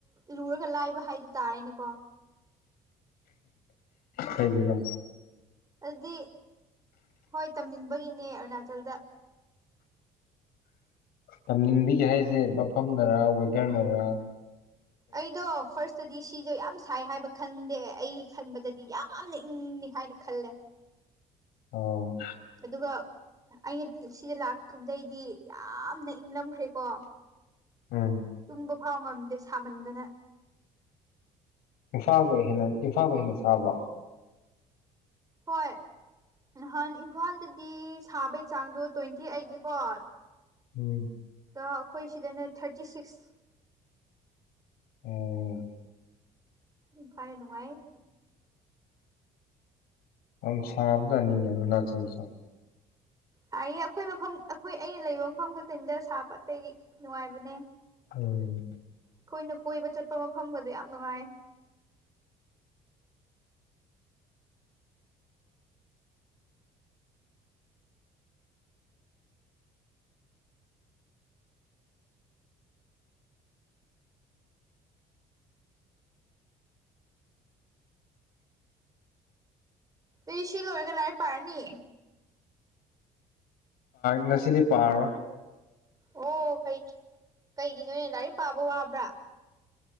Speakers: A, on the right; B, on the left.
A: ꯂꯨꯔꯒ ꯂꯥꯏꯕ ꯍꯥꯏꯗꯨ ꯇꯥꯔꯦꯅꯦꯀꯣ
B: ꯁꯩꯒꯤꯅ
A: ꯑꯗꯨꯗꯤ ꯍꯣꯏ ꯇꯝꯅꯤꯡꯕꯒꯤꯅꯦ ꯑꯔꯨꯅꯥꯆꯜꯗ
B: ꯇꯝꯅꯤꯡꯕꯒꯤ ꯍꯥꯏꯁꯦ ꯃꯐꯝ ꯅꯔꯥ ꯋꯦꯗꯔꯅꯔꯥ
A: ꯑꯩꯗꯣ ꯐꯥꯔꯁꯇꯗꯤ ꯁꯤꯗꯣ ꯌꯥꯝ ꯁꯥꯏ ꯍꯥꯏꯕ ꯈꯪꯗꯦ ꯑꯩ ꯈꯟꯕꯗꯗꯤ ꯌꯥꯝꯅ ꯏꯪꯅꯤ ꯍꯥꯏꯅ ꯈꯜꯂꯦ
B: ꯑꯣ
A: ꯑꯗꯨꯒ ꯑꯩꯅ ꯁꯤꯗ ꯂꯥꯛꯕꯗꯩꯗꯤ ꯌꯥꯝꯅ ꯏꯪꯂꯝꯈ꯭ꯔꯦꯀꯣ
B: ꯎꯝ
A: ꯇꯨꯝꯕ ꯐꯥꯎ ꯉꯝꯗꯦ ꯁꯥꯃꯟꯗꯅ
B: ꯏꯝꯐꯥꯜꯒ ꯍꯦꯟꯅ ꯏꯝꯐꯥꯜꯒ ꯍꯦꯟꯅ ꯆꯥꯕ꯭ꯔꯣ
A: ꯍꯣꯏ ꯅꯍꯥꯟ ꯏꯝꯐꯥꯜꯗꯗꯤ ꯁꯥꯕꯩ ꯆꯥꯡꯗꯣ ꯇ꯭ꯋꯦꯟꯇꯤ ꯑꯩꯠꯅꯤꯀꯣ
B: ꯎꯝ
A: ꯑꯩꯈꯣꯏ ꯁꯤꯗꯅ ꯊꯥꯔꯇꯤ ꯁꯤꯛꯁ
B: ꯑꯣ
A: ꯎꯝ ꯐꯔꯦ ꯅꯨꯡꯉꯥꯏ ꯑꯩ
B: ꯌꯥꯝꯝ ꯁꯝꯁ ꯅꯤꯅꯤꯔ ꯅꯆꯁꯨ
A: ꯇꯥꯏꯌꯦ ꯑꯩꯈꯣꯏ ꯃꯐꯝ ꯑꯩꯈꯣꯏ ꯑꯩꯅ ꯂꯩꯕ ꯃꯐꯝ ꯈꯛꯇꯅꯤꯗ ꯁꯥꯕ ꯑꯇꯩꯗꯤ ꯅꯨꯡꯉꯥꯏꯕꯅꯦ
B: ꯎ
A: ꯑꯩꯈꯣꯏꯅ ꯀꯣꯏꯕ ꯆꯠꯄ ꯃꯐꯝꯒꯗꯣ ꯌꯥꯝ ꯅꯨꯡꯉꯥꯏ ꯑ ꯁꯤ ꯂꯣꯏꯔꯒ ꯂꯥꯏꯔ ꯄꯥꯔꯅꯤ
B: ꯉꯁꯤꯗꯤ ꯄꯥꯔꯣꯏ
A: ꯑꯣ ꯀꯩꯒꯤ ꯀꯩꯒꯤ ꯅꯣꯏꯅ ꯂꯥꯏꯔꯤꯛ ꯄꯥꯕ ꯋꯥꯕ꯭ꯔꯥ